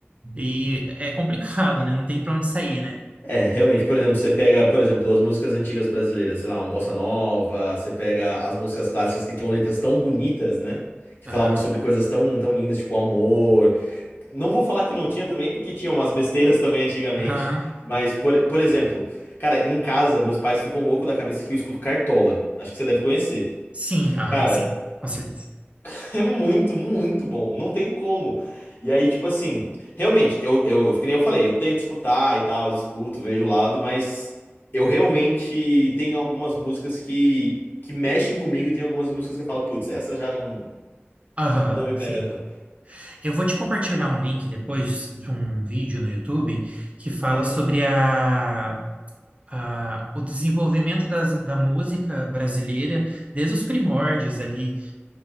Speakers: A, on the right (about 30°); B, on the left (about 50°).
A: E é complicado, né? Não tem pra onde sair, né?
B: É, realmente, por exemplo, você pega, por exemplo, as músicas antigas brasileiras, sei lá, um bossa nova, você pega as músicas clássicas que tinham letras tão bonitas, né? Que
A: Aham.
B: falavam sobre coisas tão, tão lindas, tipo amor. Não vou falar que não tinha também, porque tinha umas besteiras <laughs> também antigamente.
A: Aham.
B: Mas, por, por exemplo, cara, em casa, meus pais ficam loucos da cabeça que eu escuto Cartola. Acho que você deve conhecer.
A: Sim, aham,
B: Cara,
A: sim. Com certeza.
B: <laughs> É muito, muito bom. Não tem como. E aí, tipo assim, realmente, eu, eu, que nem eu falei, eu tento escutar e tal, eu escuto, vejo o lado, mas eu realmente tem algumas músicas que, que mexem comigo e tem algumas músicas que eu falo, putz, essa já não,
A: Aham,
B: não me
A: sim.
B: pega tanto.
A: Eu vou te compartilhar um link depois de um vídeo no YouTube que fala
B: Uhum.
A: sobre a a- o desenvolvimento das, da música brasileira desde os primórdios ali,